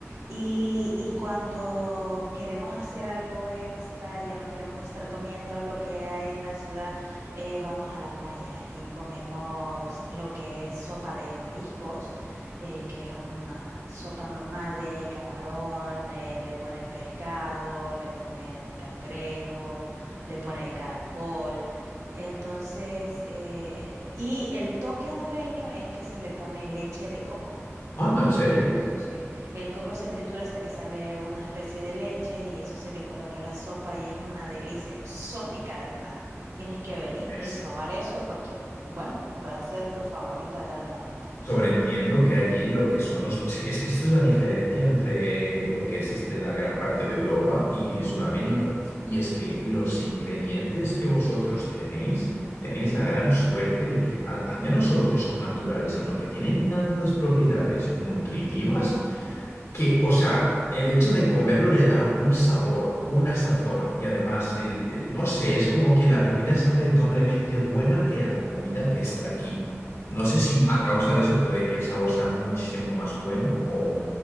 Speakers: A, on the right; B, on the left.
A: Y, y cuando queremos hacer algo extra, ya no queremos estar comiendo lo que hay en la ciudad, eh, vamos a la playa y comemos lo que es sopa de mariscos, eh, que es una sopa normal de camarón, eh, le ponen pescado, le ponen cangrejo, le ponen caracol. Entonces, eh, y el toque hondureño es que se le pone leche de coco.
B: Anda, en serio.
A: Sí, sí. El coco se tritura hasta que sale una especie de leche y eso se le coloca a la sopa y es una delicia exótica del mar. Tienes que venir
B: Es-
A: y probar eso porque, bueno, va a ser tu favorita de ahora en adelante.
B: Sobreentiendo que allí lo que son los... Es que, es que esto es la diferencia entre lo que es este, la gran parte de Europa y Sudamérica. Y es que los ingredientes que vosotros tenéis, tenéis la gran suerte de que al- ya no solo que son naturales, sino que tienen tantas propiedades nutritivas que, o sea, el hecho de comerlo le da un sabor, una sazón y además, el, el- no sé, es como que la comida sabe doblemente buena que la comida que está aquí. No sé si a causa de eso puede que el sabor sea muchísimo más bueno o